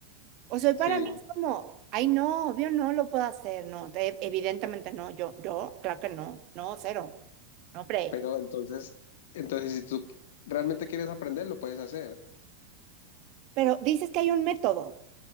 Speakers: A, on the right; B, on the left.
A: O sea,
B: Sí,
A: para mí es como, ay, no, obvio no lo puedo hacer, no, te- evidentemente no, yo, yo, claro que no, no, cero, no, hombre.
B: pero entonces, entonces si tú realmente quieres aprender, lo puedes hacer.
A: Pero dices que hay un método,